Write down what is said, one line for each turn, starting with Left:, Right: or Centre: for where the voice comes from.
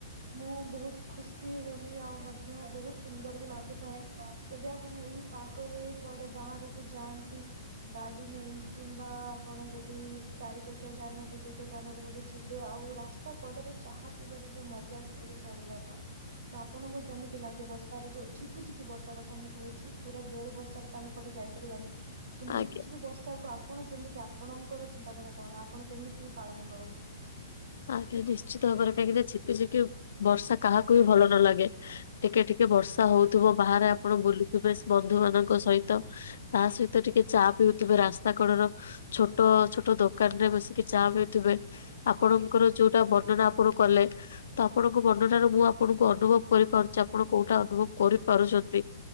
Right: ମୁଁ ବହୁତ୍ ଖୁସି ହେଇଗଲି ଆଉ ମଧ୍ୟ ବହୁତ୍ ସୁନ୍ଦର ବି ଲାଗୁଥାଏ। ଯଦି ଆପଣ ଏଇ ପାଗରେ କୁଆଡେ ବାହାରକୁ ଯାଆନ୍ତି ଗାଡି ନେଇ କିମ୍ବା ଆପଣ ଯଦି ଚାରି ଚକିଆ ଯାନ ଦୁଇ ଚକିଆ ଯାନରେ ମଧ୍ୟ ଯିବେ ଆଉ ରାସ୍ ତା କଡରେ ଚାହା ପିଇବାରେ ଯୋଉ ମଜା ସେଟା କିଛି ଅଲ୍ଗା। ଥା ତ ଆପଣଙ୍କୁ କେମିତି ଲାଗେ ବର୍ଷାରେ ଯୋଉ ଝିପିଝିପି ବର୍ଷା କଥା ମୁଁ କହୁଛି? ପୁରା ଜୋରେ ବର୍ଷାରେ ତ ଆମେ କୁଆଡେ ଯାଇପାରିବାନି କିନ୍ତୁ
Left: ଆଜ୍ଞା
Right: ଝିପିଝିପି ବର୍ଷାକୁ ଆପଣ କେମିତି ଆ ଆପଣଙ୍କର ଚିନ୍ତାଧାରା କଣ ଆପଣ କେମିତି ପାଳନ କରନ୍ତି?
Left: ଆଜ୍ଞା ନିଶ୍ଚିତ ଭାବରେ କାହିଁକି ନା ଯେତେ କି ବର୍ଷା କାହାକୁ ବି ଭଲ ନ ଲାଗେ। ଟିକେ ଟିକେ ବର୍ଷା ହଉଥିବ ବାହାରେ ଆପଣ ବୁଲୁଥିବେସ୍ ବନ୍ଧୁ ମାନଙ୍କ ସହିତ। ତା ସହିତ ଟିକେ ଚା ପିଉଥିବେ ରାସ୍ତା କଡର ଛୋଟ ଛୋଟ ଦୋକାନ୍ ରେ ବସିକି ଚା ପିଉଥିବେ। ଆପଣଙ୍କର ଯୋଉଟା ବର୍ଣ୍ଣନା ଆପଣ କଲେ ତ ଆପଣଙ୍କ ବର୍ଣ୍ଣନା ରୁ ମୁଁ ଆପଣଙ୍କୁ ଅନୁଭବ କରିପାରୁଚି ଆପଣ କୋଉଟା ଅନୁଭବ କରିପାରୁଚନ୍ତି।